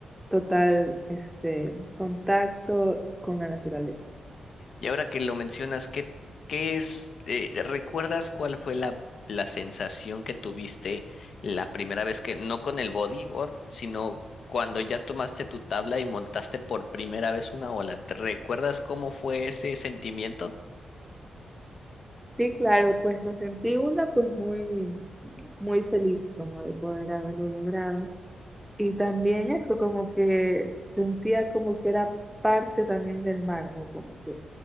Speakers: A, in the centre; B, on the left.
A: total este contacto con la naturaleza.
B: y ahora que lo mencionas, ¿qué, qué es, eh, ¿recuerdas cuál fue la, la sensación que tuviste la primera vez que, no con el bodyboard, sino cuando ya tomaste tu tabla y montaste por primera vez una ola? ¿Te recuerdas cómo fue ese sentimiento?
A: Sí, claro, pues me sentí una pues muy, muy feliz como de poder haberlo logrado. Y también eso, como que sentía como que era parte también del mar, ¿no? Como que